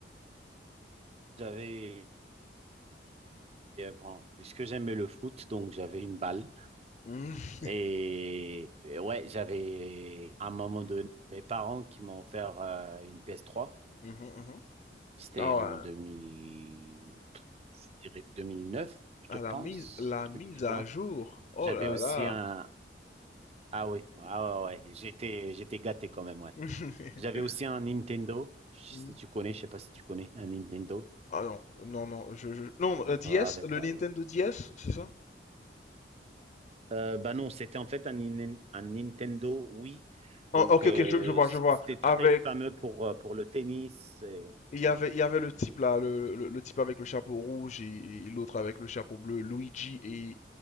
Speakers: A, on the right; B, on the left.
A: J'avais, euh, bon, puisque j'aimais le foot, donc j'avais une balle
B: Mmh.
A: Et, et ouais, j'avais à un moment donné mes parents qui m'ont offert euh, une PS3.
B: Mmh mh, mmh.
A: C'était
B: Ah
A: en
B: ouais.
A: 2000, je dirais 2009, je
B: Ah la
A: pense,
B: mise la
A: truc
B: mise
A: du
B: à
A: genre.
B: jour. Oh
A: J'avais
B: là
A: aussi
B: là.
A: un, ah oui, ah ouais, ouais, j'étais, j'étais gâté quand même, ouais.
B: <laughs>
A: J'avais aussi un Nintendo, si
B: Mmh.
A: tu connais, je sais pas si tu connais, un Nintendo.
B: Ah non, non, non, je je
A: Donc,
B: non, heu,
A: euh,
B: DS,
A: avec,
B: le
A: bah,
B: Nintendo DS, c'est ça?
A: Euh, bah non, c'était en fait un, Nin- un Nintendo Wii. Donc,
B: Ah OK,
A: euh,
B: OK, je je vois,
A: c-
B: je vois.
A: c'était très
B: Avec
A: fameux pour, euh, pour le tennis. et-
B: Il y avait, il y avait le type là, le, le- le type avec le chapeau rouge et, et l'autre avec le chapeau bleu, Luigi et,